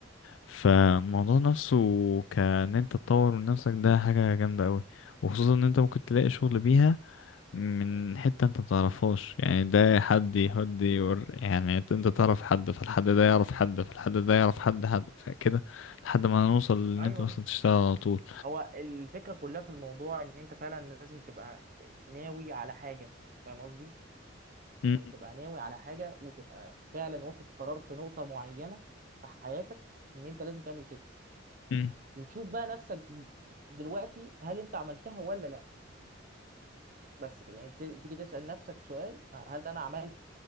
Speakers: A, on the left; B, on the right.
A: فالموضوع نفسه كان انت تطور من نفسك ده حاجة جامدة قوي وخصوصا ان انت ممكن تلاقي شغل بيها من حتة انت متعرفهاش يعني ده حد يهد يور يعني انت تعرف حد فالحد ده يعرف حد فالحد ده يعرف حد حد فكده لحد ما نوصل ان
B: ايوه
A: انت مثلا
B: صح
A: تشتغل على طول
B: هو الفكره كلها في الموضوع ان انت فعلا لازم تبقى ناوي على حاجه فاهم قصدي يعني
A: م-
B: تبقى ناوي على حاجة وتبقى فعلا واخد قرار في نقطة معينة في حياتك إن أنت لازم تعمل كده
A: م.
B: وتشوف بقى نفسك دلوقتي هل أنت عملتها ولا لا بس كده يعني ت- تيجي تسأل نفسك سؤال آه، هل أنا عملت